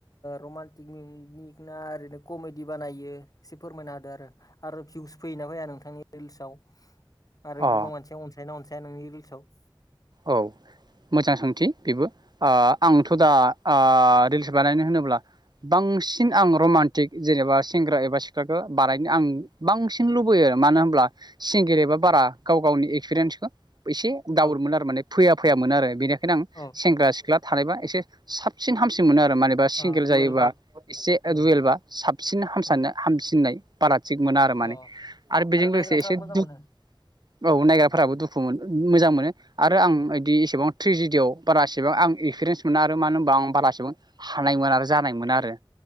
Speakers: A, on the left; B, on the right.
A: रमान्टिक मिनिक ना ओरैनो कमेडि बानायो एसे फोरमायना होादों आरो आरो भिउस फैयोना फैया नोंथांनि रिल्सआव आरो
B: अ
A: गोबां मानसिया अनसायनाा अनसाया नोंनि रिल्सआव
B: औ मोजां सोंथि बेबो ओ आंथ' दा ओ रिल्स ओ बानायनो होनोब्ला बांसिन आं रमान्टिक जेनेबा सेंग्रा एबा सिख्लाखौ बानायनो आं बांसिन लुबैयो मानो होमब्ला सिंगेरो बारा गाव गावनि एक्सपिरियेन्सखो। एसे दावर
A: औ
B: मोनमोन आरो माने फैया फैयामोन आरो बेनिखायनो आं
A: औ
B: सेंग्रा सिख्ला थानायबा एसे साबसिन हामसिन मोनो आरो। मानेबा सिंगेल
A: ओ
B: जायोबा
A: दुवेलबा
B: एसे
A: औ
B: दुयेलबा साबसिन <unintelligible> हामसिननाय
A: औ
B: बारा। थिग मोना आरो माने
A: अ
B: आरो बेजों लोगोसे
A: नायग्राफोरा
B: एसे
A: मोजां
B: दुख
A: मोनो
B: औ नायग्राफोराबो दुख दुखु मोन मोजां मोनो आरो आं
A: औ
B: इदि एसेबां ट्रजिडियाव बारासेबां आं एक्सपिरियेन्स मोना आरो मानो होनबा आं बारासेबां हानायमोन आरो जानाय मोना आरो।